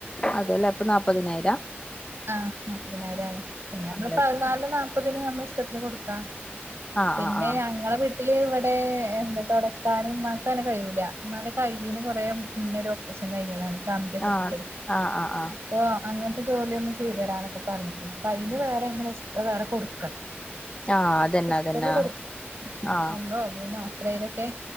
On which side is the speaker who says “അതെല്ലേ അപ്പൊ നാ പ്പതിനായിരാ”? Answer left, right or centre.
Left